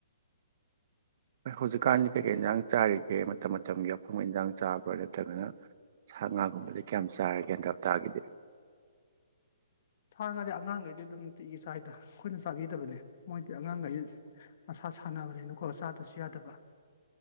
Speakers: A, on the right (about 50°); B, on the left (about 50°).
A: ꯍ ꯍꯧꯖꯤꯛꯀꯥꯟꯗꯤ ꯀꯩꯀꯩ ꯏꯟꯁꯥꯡ ꯆꯥꯔꯤꯒꯦ ꯃꯇꯝ ꯃꯇꯝꯒꯤ ꯑꯐꯪꯕ ꯏꯟꯁꯥꯡ ꯆꯥꯕ꯭ꯔꯥ ꯅꯠꯇ꯭ꯔꯒꯅ ꯁꯥ ꯉꯥꯒꯨꯝꯕꯗꯤ ꯀꯌꯥꯝ ꯆꯥꯔꯒꯦꯗ ꯍꯞꯇꯥꯒꯤꯗꯤ
B: ꯁꯥꯥꯡꯈꯒꯗꯤ ꯑꯉꯥꯡꯈꯩꯗꯤ ꯑꯗꯨꯝ ꯅꯨꯄꯤꯤꯒꯤ ꯆꯥꯏꯗ ꯑꯩꯈꯣꯏꯅ ꯆꯥꯕꯤꯗꯕꯅꯤ ꯃꯣꯏꯗꯤ ꯑꯉꯥꯡꯈꯩ ꯃꯁꯥ ꯁꯥꯟꯅꯕꯅꯤꯅꯀꯣ ꯆꯥꯗꯁꯨ ꯌꯥꯗꯕ